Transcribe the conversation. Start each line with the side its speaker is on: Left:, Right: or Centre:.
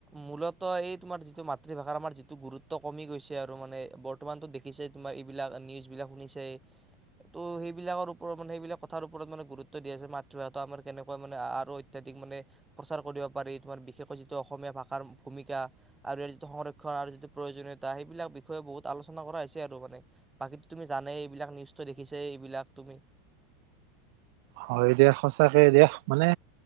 Centre: মূলত এই তোমাৰ যিটো মাতৃভাষাৰ আমাৰ যিটো গুৰুত্ব কমি গৈছে আৰু মানে বৰ্তমানতো দেখিছে তোমাৰ এইবিলাক নিউজ বিলাক শুনিছে ত' সেইবিলাকৰ ওপৰত মানে সেইবিলাক কথাৰ ওপৰত মানে গুৰুত্ব দিয়া হৈছে মাতৃভাষাটো আমাৰ কেনেকুৱা মানে আৰু অত্যাধিক মানে প্ৰচাৰ কৰিব পাৰি। তোমাৰ বিশেষকৈ যিটো অসমীয়া ভাষাৰ ভূমিকা আৰু ইয়াৰ যিটো সংৰক্ষণ আৰু যিটো প্ৰয়োজনীয়তা সেইবিলাক বিষয়ে বহুত আলোচনা কৰা হৈছে আৰু মানে বাকীতো তুমি জানে এইবিলাক নিউজটো দেখিছে এইবিলাক তুমি।
Right: হয় দে সচাঁকে দে মানে